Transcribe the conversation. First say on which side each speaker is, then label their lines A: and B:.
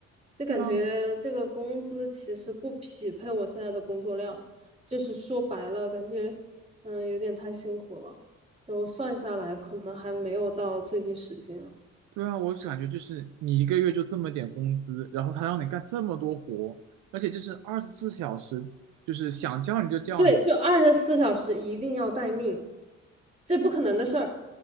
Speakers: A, on the right; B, on the right.
A: 就感觉这个工资其实不匹配我现在的工作量，
B: 对啊，
A: 就是说白了，感觉嗯有点太辛苦了，就算下来可能还没有到最低时薪啊。
B: 对啊，我感觉就是你一个月就这么点工资，然后他让你干这么多活，而且就是二十四小时，就是想叫你就叫你。
A: 对，就二十四小时一定要待命，这不可能的事儿。